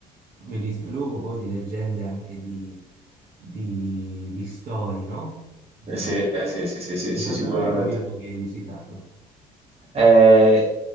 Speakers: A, on the right; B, on the right.
A: Bellissimo, luogo poi di leggende anche di, di- di storie, no?
B: Eh
A: Mm.
B: sì, eh sì, sì, sì, sì,
A: Esattamente
B: sì, sicuramente.
A: quali luoghi hai visitato?
B: Eh,